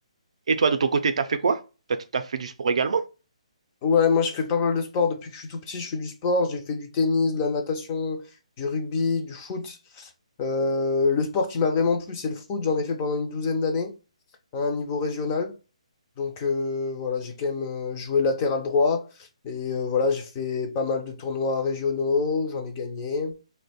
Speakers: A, on the right (about 65°); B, on the left (about 20°).
A: Et toi, de ton côté, t'as fait quoi? T'as, t'as fait du sport également?
B: Ouais, moi je fais pas mal de sport depuis que je suis tout petit. Je fais du sport, j'ai fait du tennis, de la natation, du rugby, du foot. Euh, le sport qui m'a vraiment plu, c'est le foot. J'en ai fait pendant une douzaine d'années à un niveau régional. Donc euh, voilà, j'ai quand même euh, joué latéral droit et euh, voilà, j'ai fait pas mal de tournois régionaux, j'en ai gagné.